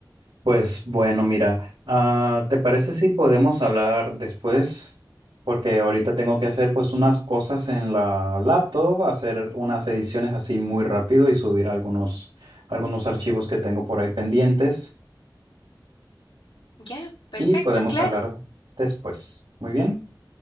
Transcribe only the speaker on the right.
Pues bueno, mira, ah, ¿te parece si podemos hablar después? Porque ahorita tengo que hacer pues unas cosas en la laptop, hacer unas ediciones así muy rápido y subir algunos, algunos archivos que tengo por ahí pendientes
y podemos
hablar después. Muy bien.